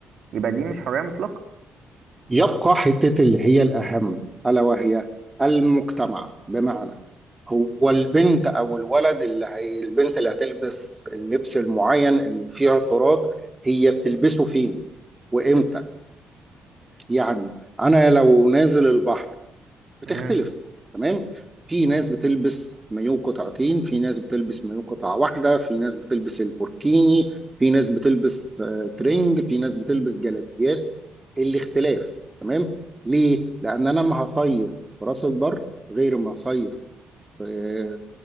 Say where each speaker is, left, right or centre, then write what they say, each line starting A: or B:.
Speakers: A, on the right; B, on the right.
A: يبقى دي مش حرية مطلقة
B: يبقى حتة اللي هي الأهم ألا وهي المجتمع بمعنى هو البنت أو الولد اللي هي البنت اللي هتلبس اللبس المعين اللي فيه اعتراض هي بتلبسه فين وإمتى يعني أنا لو نازل البحر بتختلف
A: مم.
B: تمام في ناس بتلبس مايو قطعتين في ناس بتلبس مايو قطعة واحدة في ناس بتلبس البوركيني في ناس بتلبس آه، ترنج في ناس بتلبس جلابيات الاختلاف تمام ليه؟ لأن أنا ما هصيف في راس البر غير ما هصيف في